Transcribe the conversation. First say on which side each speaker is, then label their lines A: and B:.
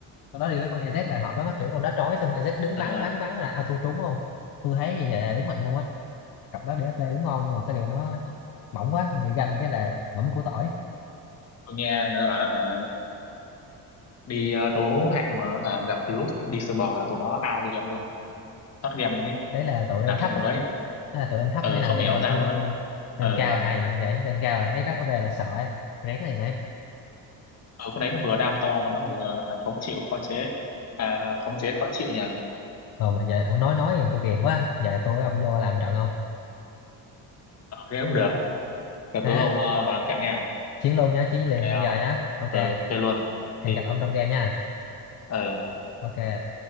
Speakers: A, on the left (about 60°); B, on the left (about 40°).
A: con đó đi với con EZ là hợp lắm á kiểu con đó trói xong EZ đứng
B: Ờ,
A: bắn bắn bắn là auto trúng luôn tôi thấy như vậy là đúng mạnh luôn á cặp đó DSP đúng ngon nhưng mà cái điều nó mỏng quá mình bị ganh cái là ngỗng củ tỏi
B: tôi nghe người ta bảo ờ, đi ờ, đấu hạng mà ờ, gặp Lút đi sờ bò là tụi nó out game luôn thoát game luôn ấy
A: đấy là tụi
B: làm
A: lên thấp
B: chuyện
A: á
B: mới
A: đó là tụi lên thấp
B: ờ
A: mới làm
B: không
A: vậy
B: hiểu
A: thôi
B: sao
A: chứ
B: luôn đấy ờ
A: lên cao ai làm vậy lên cao là thấy rắc ở về là sợ ấy. rén này này
B: ờ, con đấy nó vừa đam to mà nó vừa ờ, khống chịu khó chế à, khống chế khó chịu nhỉ
A: ờ mà giờ ông nói nói em tôi ghiền quá giờ tôi với ông vô làm trận không
B: Ờ, thế cũng được giờ
A: thế
B: tối
A: á,
B: vào, vào làm trận nha
A: chiến luôn nhá chiến liền
B: ok không
A: bây giờ nhá ok
B: ờ chơi luôn
A: hẹn
B: thì
A: gặp ông trong game nha
B: ờ
A: ok